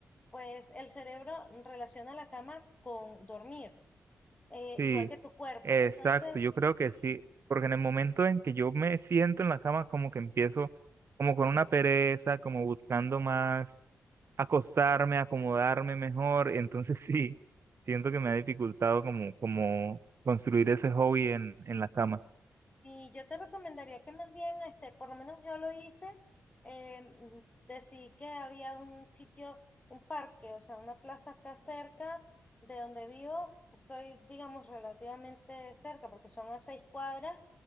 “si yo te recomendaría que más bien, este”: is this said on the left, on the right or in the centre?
Left